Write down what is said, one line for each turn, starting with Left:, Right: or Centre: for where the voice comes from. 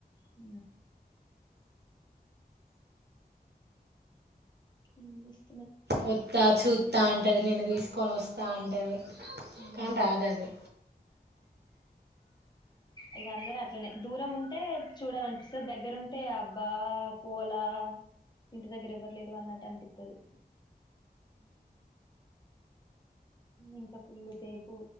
Left: ఉ ఏం చేస్తావ్
Right: అ త్త చూత్త అత్త అంటది నేను తీసుకోను తీసుకొని వస్తా అంటది
Left: ఉమ్
Right: కానీ రాదు అడి
Left: ఇ గ అందరూ అంతే ఇట్లనే దూరం ఉంటే చూడాలనిపిస్తుంది దగ్గరుంటే అబ్బా పోవాలా ఇంటి దగ్గర ఎవరు లేరు అన్నట్టు అనిపిస్తుంది ఇంకా ఫుల్ సేపు